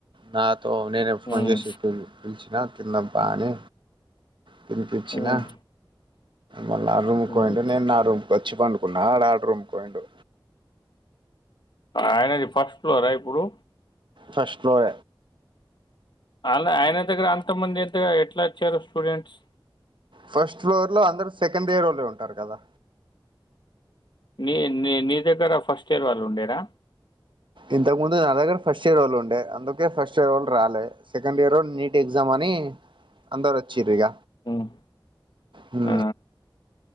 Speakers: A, on the right (about 70°); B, on the left (about 65°).
A: నా తో నేను ఫోన్
B: ఉమ్,
A: చేసి ఇప్పు పిలిచినా తిన్న బానే తినిపించినా
B: ఉమ్,
A: మళ్ళీ నా రూమ్కియింట
B: ఉమ్.
A: నేను నా రూమ్కి వచ్చి పండు ప్పున్నాడు ఆడ్ రూంకి పోయిండు
B: ఆయనది ఫస్ట్ ఫ్లోరా ఇప్పుడు
A: ఫస్ట్ ఫ్లోర
B: అలా ఆయన దగ్గర అంత మంది ఎంతగా ఎట్లా వచ్చారు స్టూడెంట్స్
A: ఫస్ట్ ఫ్లోర్ లో అందరూ సెకండ్ ఎర్లో ఉంటారు కదా
B: నీ నీ నీ దగ్గర ఫస్ట్ ఇయర్ వాళ్ళు ఉండేరా
A: ఇంతకు ముందు నా దగ్గర ఫస్ట్ ఇయర్ వాళ్ళు ఉండే అందుకే ఫస్ట్ ఇయర్ వాళ్ళు రాలేదు సెకండ్ ఇయర్ నీట్ ఎగ్జామ్ అని అందరు వచ్చ్ర ఇగ
B: ఉమ్,
A: హ
B: ఆ,